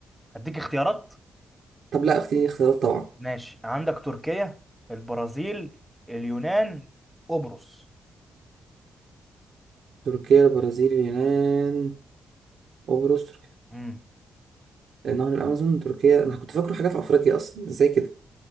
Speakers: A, in the centre; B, on the right.
A: اديك اختيارات
B: طب لا اختياري اختيارات طبعا
A: ماشي عندك تركيا البرازيل اليونان قبرص
B: تركيا البرازيل اليونان قبرص تركيا
A: امم
B: آه، نهر الامازون تركيا انا كنت فاكره حاجه في افريقيا اصلا ازاي كده